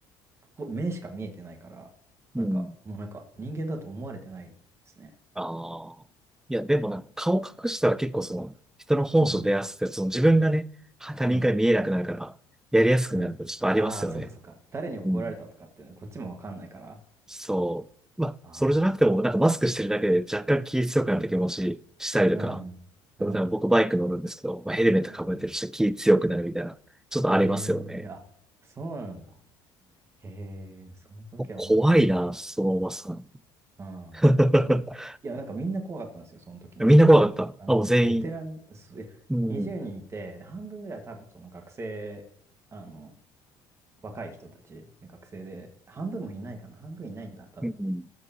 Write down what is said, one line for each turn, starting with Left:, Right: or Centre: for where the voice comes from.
Right: ここ、目しか見えてないから、
Centre: うん。
Right: なんか、もうなんか人間だと思われてないですね。
Centre: ああ。いや、でもなんか顔隠したら結構その、人の本性出やすくて、
Right: うん、
Centre: その自分がね、他人から見えなくなるから、
Right: うん、
Centre: やりやすくなるとちょっとありますよね。
Right: うん。ああ、そっかそっか。誰に怒られたとかっていうのこっちもわかんないから。
Centre: うん。そう。まあ、
Right: あ
Centre: それじゃなくても、なんかマスクしてるだけで若干気強くなった気持ちしたりとか、
Right: あ、うん、うん、
Centre: でもなんか僕バイク乗るんですけど、まあ、ヘルメットかぶってる人気強くなるみたいな、
Right: うん。
Centre: ちょっとありますよね。
Right: へえ、あ、そうなんだ。へえ、その時は本当ね、
Centre: 怖いな、そのおばさん。
Right: うん。
Centre: <laughs>
Right: いや、なんかみんな怖かったんですよ、その時の
Centre: みんな怖かった。
Right: LINE。あの、
Centre: あ、もう全員。
Right: ベテラン、そういや、
Centre: うん。
Right: 20人いて、で、半分ぐらいは多分その学生、あの、若い人たち、学生で、半分もいないかな、半分いないんだ、多分。
Centre: うん。